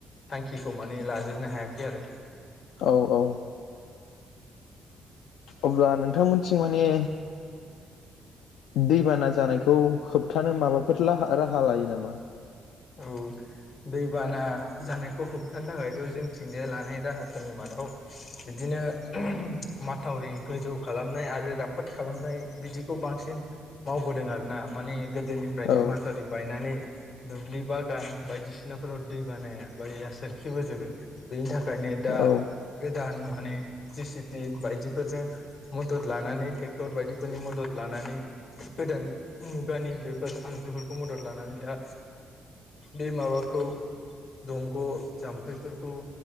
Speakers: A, on the left (about 60°); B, on the left (about 80°).
A: थांखिखौ माने लाजोबनो हायाखै आरो।
B: औ औ। अब्ला नोंथांमोनथिं मान ने दैबाना जानायखौ होबथानो माबाफोर लाहा राहा लायो नामा?
A: औ दैबाना जानाय। खौ होबथानो थाखायथ' जोंथिंजाय लानाय राहाफोरनि मादाव बिदिनो। माथावरि गोजौ खालामनाय आरो। राफोद खालामनाय बिदिखौ बांसिन मावबोदों आरोना माने गोदोनिफ्रायनो
B: औ
A: माथावरि बायनानै दुब्लि बागान बायदिसिनाफोराव दै बानाया बोइया सोरखिबोजोबो बेनि थाखाय ओंखायनो
B: औ
A: दा गोदान माने जे सि बि बायदिफोरजों मदद लानानै टेक्टर बायदिफोरनि मदद लानानै गोदान मुगानि बेफोर आगजुफोरखौ मदद लानानै दा बे माबाखौ दंग' जाम्फैफोरखौ